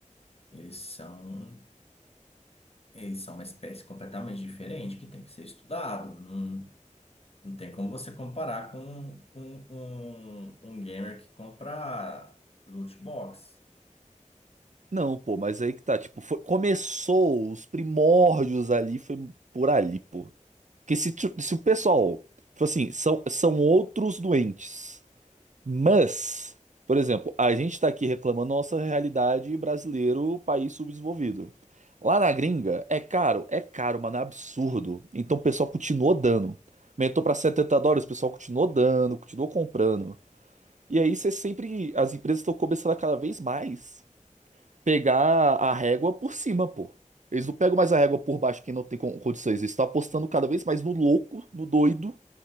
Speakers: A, on the left (about 50°); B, on the right (about 70°).
A: Eles são, eles são uma espécie completamente diferente que tem que ser estudado. Não, não tem como você comparar com, com um, um gamer que compra loot box.
B: Não, pô, mas aí que tá, tipo, foi- começou os primórdios ali, foi por ali, pô. Porque se, tu- se o pessoal, tipo assim, são, são outros doentes. Mas, por exemplo, a gente está aqui reclamando da nossa realidade brasileiro, país subdesenvolvido. Lá na gringa, é caro, é caro, mano, é absurdo. Então o pessoal continuou dando. Aumentou para 70 dólares, o pessoal continuou dando, continuou comprando. E aí você sempre, as empresas estão começando a cada vez mais pegar a régua por cima, pô. Eles não pegam mais a régua por baixo que não tem con- condições. Eles estão apostando cada vez mais no louco, no doido,